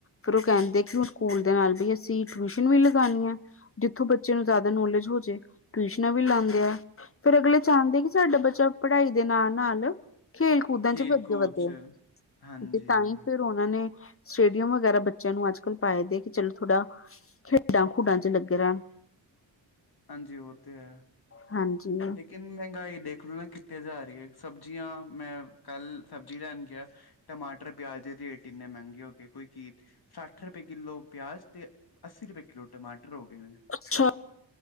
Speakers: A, on the left; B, on the left.
A: ਫੇਰ ਓ ਕੈਂਦੇ ਕਿ ਸਕੂਲ ਦੇ ਨਾਲ ਵੀ ਅਸੀ ਟਿਊਸ਼ਨ ਵੀ ਲਗਾਨੀ ਐ। ਜਿੱਥੋਂ ਬੱਚੇ ਨੂੰ ਜਾਦਾ ਨੌਲੇਜ ਹੋ ਜੇ। ਟਿਊਸ਼ਨਾਂ ਵੀ ਲਾਂਦੇ ਐ। ਫੇਰ ਅਗਲੇ ਚਾਂਦੇ ਕਿ ਸਾਡਾ ਬੱਚਾ ਪੜ੍ਹਾਈ ਦੇ ਨਾਲ ਨਾਲ ਖੇਲ ਕੁਦਨ
B: ਖੇਲ
A: ਚ ਵੀ ਅੱਗੇ
B: ਕੂਦ
A: ਵੱਧੇ।
B: 'ਚ ਹਾਂਜੀ
A: ਤੇ ਤਾਂ ਈ ਤੇ ਓਨਾਂ ਨੇ ਸਟੇਡੀਅਮ ਵਗੈਰਾ ਬੱਚੇਆਂ ਨੂੰ ਅੱਜ ਕੱਲ ਪਾਏ ਦੇ ਕਿ ਚਲੋ ਥੋੜਾ ਖੇਡਾਂ ਖੂਡਾਂ ਚ ਲੱਗੇ ਰੈਣ।
B: ਹਾਂਜੀ ਓ ਤੇ ਹੈ।
A: ਹਾਂਜੀ।
B: ਕਿੰਨੀ ਮੈਂਗਾਈ ਦੇਖ ਲਓ ਨਾ ਕਿੱਤੇ ਜਾ ਰੀ ਐ। ਸਬਜੀਆਂ ਮੈਂ ਕੱਲ ਸਬਜੀ ਲੈਣ ਗਆ। ਟਮਾਟਰ ਪਿਆਜ ਦੇ ਰੇਟ ਇੰਨੇ ਮੈਂਗੇ ਹੋਗੇ ਕੋਈ ਕੀ। ਸੱਠ ਰਪਏ ਕਿਲੋ ਪੇਆਜ ਤੇ ਅੱਸੀ ਰਪਏ ਕਿੱਲੋ ਟਮਾਟਰ ਹੋ ਗਏ ਨੇ।
A: ਅੱਛਾ,